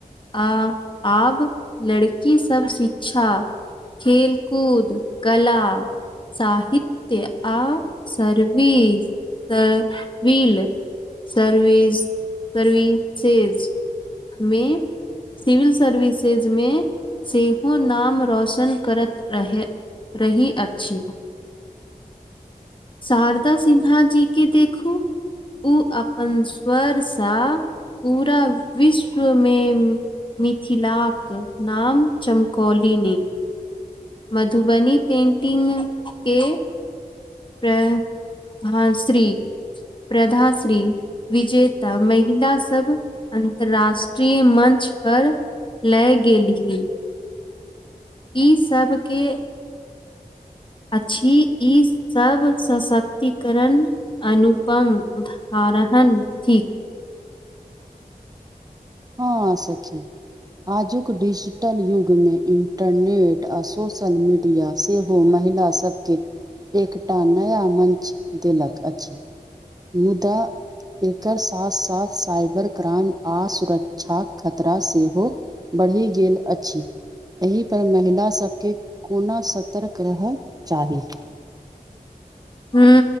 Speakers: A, on the left (about 30°); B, on the right (about 25°).
A: आ आब लड़की सब शिक्षा खेलकूद कला साहित्य आ सर्वी से वील सर्विस सर्विसेज मे सिविल सर्विसेजमे सेहो नाम रौशन करत रहैत रही अछि शारदा सिन्हा जी के देखू ओ अपन स्वरसँ पूरा विश्वमे मिथिलाक नाम चमकौलिन मधुबनी पेंटिंग केँ प्र <inaudible> श्री <inaudible> प्रधा श्री विजेता महिला सब अन्तर्राष्ट्रीय मंच पर लए गेलही ई सबके अछि इ सब सशक्तिकरण अनुपम उदरण थी
B: हँ सखी आजुक डिजिटल युगमे इन्टरनेट आ सोशल मड डिया से हो महिला सब केँ एकटा नया मंच देलक अछि <inaudible> मुदा एकर सास आ साइबर क्राइम आ सुर क्षा खतरा सेहो बढ़ि गेल अछि एहि पर महिला सबके कोना सर्तक रहय चाही
A: हू